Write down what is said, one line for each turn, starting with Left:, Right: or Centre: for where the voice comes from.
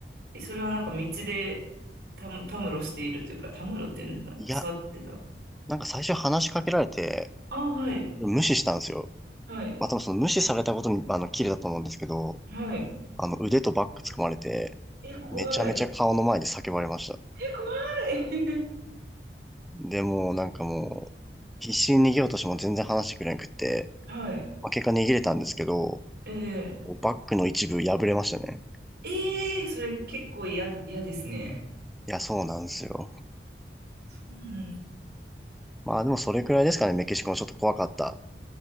Right: えそれはなんか道でたむ、たむろしているというか、たむろっていうんですかね。
Centre: いや、
Right: 座ってた。
Centre: なんか最初話しかけられて、
Right: あ、はい。
Centre: 無視したんですよ。
Right: はい。
Centre: まあ、多分その無視されたことに、あの、キレだと思うんですけど、
Right: はい。
Centre: あの、腕とバッグ掴まれて、
Right: え、怖い。
Centre: めちゃめちゃ顔の前で叫ばれました。
Right: え、怖い。
Centre: で、もうなんかもう、必死に逃げようとしても全然話してくれなくって、
Right: <laughs> はい。
Centre: まあ、結果逃げれたんですけど、
Right: え
Centre: バッグの一部破れましたね。
Right: ー、えー、それ結構嫌、嫌ですね。
Centre: いや、そうなんですよ。
Right: そうなんだ。
Centre: まあでもそれくらいですかね、メキシコのちょっと怖かった